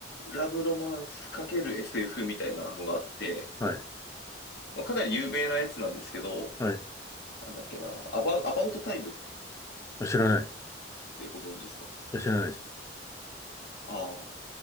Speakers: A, on the left; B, on the left.
A: ラブロマンス ×SF みたいなのがあって、
B: はい。
A: まあ、かなり有名なやつなんですけど、
B: はい。
A: なんだっけな、アバ、アバウトタイムっ
B: あ知らない。い
A: てご存知ですか
B: や、知らないです。
A: ああー、